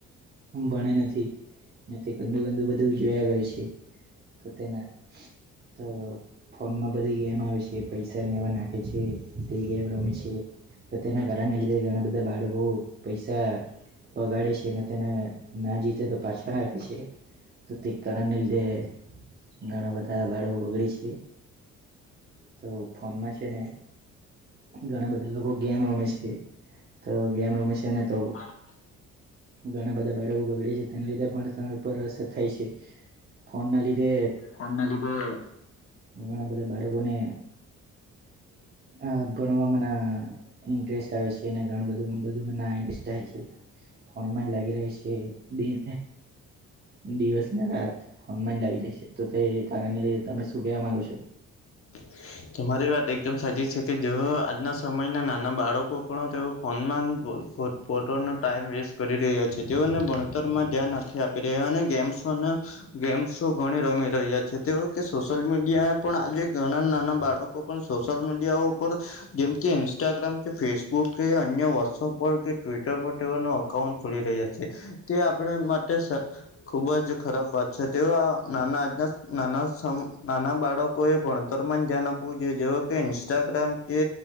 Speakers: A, on the right; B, on the left.
A: ભણે નથી તે ગંદુ ગંદુ બધું જોયા કરે છે તો તેના તો ફોનમાં બધી ગેમ આવે છે પૈસા લેવા નાખે છે તે ગેમ રમે છે પણ તેના ઘણા ને લીધે ઘણા બધા બાળકો પૈસા બગાડે છે ને તેને ના જીતે તો પાછા નાખે છે તો તે કરણને લીધે ઘણા બધા બાળકો બગડે છે તો ફોનમાં છે ને ઘણા બધા લોકો ગેમ રમે છે તો ગેમ રમે છે ને તો
B: હા
A: ઘણા બધા બાળકો બગડે છે તેના લીધે પણ તે પર અસર થાય છે ફોન ના લીધે
B: ફોનના લીધે
A: ઘણા બધા બાળકોને આ ભણવા માં ના ઇન્ટરેસ્ટ આવે છે એને ઘણું બધું ના ઇન્સ્ટાઈ છે ફોનમાં લાગી રહે છે દિન દિવસને રાત ફોનમાં જ લાગી રહી છે તો તે કારણે તમે શું કેહેવા માંગો છો
B: <inaudible> તમારી વાત એકદમ સાચી છે કે જે આજના સમયના નાના બાળકો પણ તેઓ ફોનમાન ફોટ ફોટ પોટોનું ટાઈમ વેસ્ટ કરી રહ્યા છે તેઓને ભણતરમાં ધ્યાન નથી આપી રહ્યા અને ગેમ્સને ગેમસો ઘણી રમે રહ્યા છે તેય કે સોસલ મીડિયા પણ આજે ઘણા નાના બાળકો પણ સોસલ મીડિયા ઉપર જેમ કે ઇન્સ્ટાગ્રામ કે ફેસબુક કે અન્ય વોટ્સઅપ પર કે ટ્વિટર પર તેનો કન ખુલી રહ્યા છે તે આપણે માટે ખુબ જ ખરાબ વાત છે તે આ નાના આજના નાના સમ નાના બાળકો એ ભણતરમાં જ ધ્યાન આપવું જોઈએ જેવ કે ઇન્સ્ટાગ્રામ કે